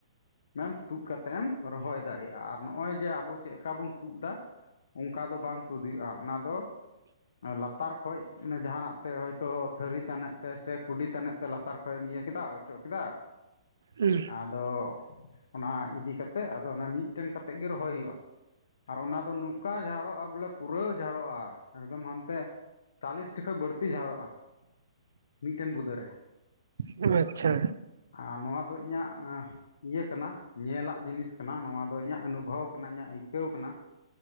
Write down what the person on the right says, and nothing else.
ᱩᱸᱷ
ᱦᱩᱸ
ᱟᱪᱪᱷᱟ